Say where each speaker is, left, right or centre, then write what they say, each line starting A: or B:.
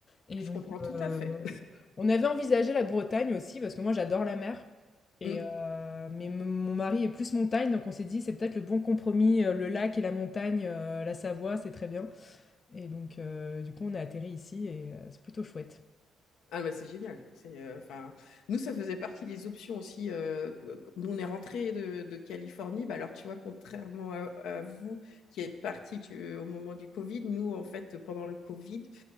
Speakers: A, on the left; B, on the left.
A: Et
B: Je
A: donc,
B: comprends tout
A: euh,
B: à fait.
A: on avait envisagé la Bretagne aussi, parce que moi j'adore la mer. Et
B: Mmh.
A: euh, mais m- mon mari est plus montagne, donc on s'est dit c'est peut-être le bon compromis, euh, le lac et la montagne, euh, la Savoie, c'est très bien. Et donc, euh, du coup, on a atterri ici et euh, c'est plutôt chouette.
B: Ah, mais c'est génial. C'est, euh, enfin, nous, ça faisait partie des options aussi. euh, qu- nous, on est rentrés de, de Californie. Bah, alors, tu vois, contrairement à, à vous qui êtes partis tu- euh, au moment du Covid, nous, en fait, pendant le Covid,